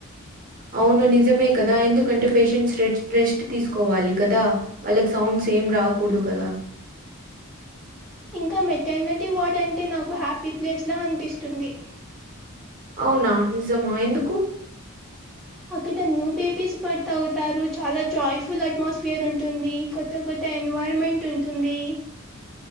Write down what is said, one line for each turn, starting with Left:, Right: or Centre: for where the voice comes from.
Right: అవును నిజమే కదా ఎందుకంటే పేషెంట్స్ రెస్ట్ తీసుకోవాలి కదా వాళ్ళకి సౌండ్స్ సేమ్ రాకూడదు కదా
Centre: ఇంకా మెటర్నిటీ వార్డు అంటే నాకు హ్యాపీ ప్లేస్ లా అనిపిస్తుంది
Right: అవునా నిజమా ఎందుకు
Centre: అక్కడ న్యూ బేబీస్ బర్త్ అవుతారు చాలా జాయ్ఫుల్ అట్మాస్ఫియర్ ఉంటుంది కొత్త కొత్త ఎన్వైరమెంట్ ఉంటుంది